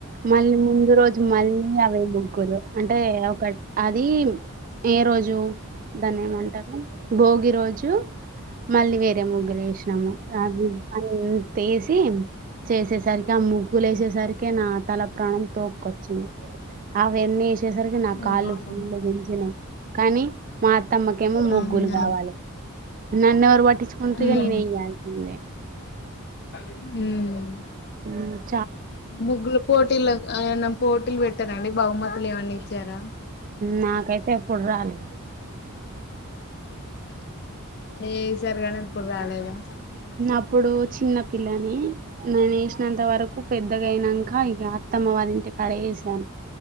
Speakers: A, on the right; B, on the left.
A: మళ్లీ ముందు రోజు మళ్ళీ అవే ముగ్గులు హలో అంటే ఒకట్ అది ఏ రోజు జూ దాన్ని ఏమంటారు భోగి రోజు మళ్ళీ వేరె అ ముగ్గులు ఎషినము అవి అవ్ తీసి చేసేసి సరికి ఆ ముగ్గులు వేసేసరికి నా తల ప్రాణం తోపుకొచ్చింది అవన్నీ వేసేసరికి నా
B: మ్మ్
A: కాళ్ళు
B: అవునండి
A: ఫుల్లు గుంజినాయి కానీ మా అత్తమ్మకేమో
B: అవునా
A: ముగ్గులు కావాలె నన్ను ఎవరు పట్టించుకుంటర్
B: ఉమ్
A: ఇగా నేన్ ఏయాల్సిందే
B: మ్మ్
A: మ్మ్
B: ముగ్గుల పొట్టిలక్ ఏమైనా పోటీలు పెట్టారండి బహుమతులు ఏమన్న ఇచ్చారా
A: నాకైతే ఎప్పుడు రాలే
B: ఎసరు గానీ ఇప్పుడు రాలేదు
A: అప్పుడు చిన్న పిల్లని నేను వేసినంత వరకు పెద్దగా అయినాక ఇక అత్తమ్మ వారి ఇంటి కడ వేసాను